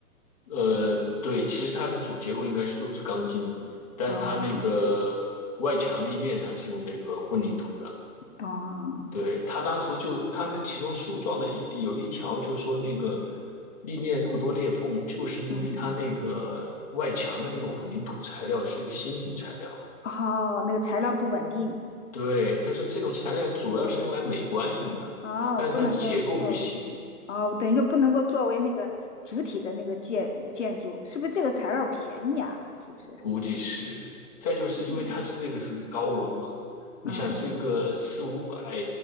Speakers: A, on the left (about 25°); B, on the left (about 50°).
A: 呃，对，其实它的主结构应该是就是钢筋，但是它那个外墙立面它是用那个混凝土的。
B: 哦哦，
A: 对，他当时就他们其中诉状的有一条，就说那个立面那么多裂缝，就是因为它那个外墙的那个混凝土材料是一个新型材料。
B: 嗯，哦，那个材料不稳定。
A: 对，他说这种材料主要是用来美观用的，
B: 嗯哦，
A: 但是它的结构不行，
B: 不能够作为体，哦，等于说不能够作为那个主体的那个建建筑，是不是这个材料便宜啊？是不是？
A: 估计是。再就是因为它是这个是个高楼嘛，
B: 嗯
A: 你想是一个四五百
B: 嗯，